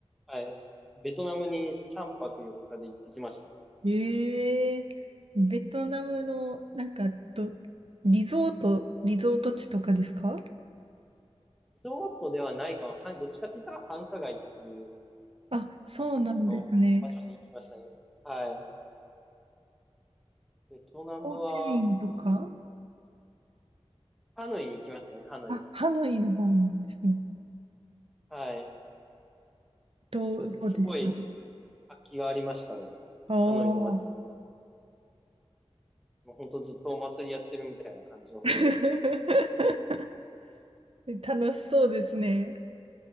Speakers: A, in the centre; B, on the right.
A: はい、ベトナムに3泊4日で行ってきましたね。
B: ええベトナムの、なんか、ど、リゾート、リゾート地とかですか
A: リゾートではないかも、はいどっちかって言ったら繁華街っていう
B: あ、そうなんですね。
A: 感じの場所に行きましたね。はい。ベトナムは、
B: ホーチミンとか
A: ハノイに行きましたね、ハノイ。
B: あ、ハノイの方なんですね。
A: はい。
B: どう、
A: そうです。
B: どうでした
A: すごい活気がありましたね。
B: ああー。
A: ハノイの街は。もうほんとずっとお祭りやってるみたいな感じの雰囲気で。
B: <laughs> 楽しそうですね。